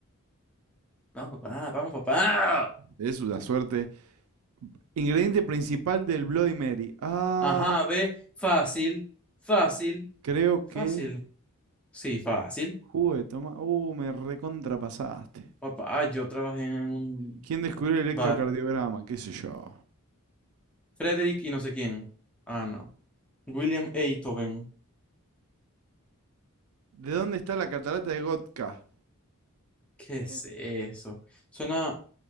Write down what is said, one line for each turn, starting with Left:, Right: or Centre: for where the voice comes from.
Centre: Vamos, papá, vamos, papá.
Right: Es una suerte. Ingrediente principal del Bloody Mary. Ah,
Centre: Ajá, ve, fácil, fácil,
Right: creo
Centre: fácil.
Right: que
Centre: Sí, fácil.
Right: jugo de toma. Uh, me recontrapasaste.
Centre: Papá, yo trabajé en un
Right: ¿Quién descubrió el electrocardiograma?
Centre: bar.
Right: ¿Qué sé yo?
Centre: Frederick y no sé quién. Ah, no. William Einthoven.
Right: ¿De dónde está la catarata de Gotka?
Centre: ¿Qué
Right: Eh,
Centre: es eso? Suena.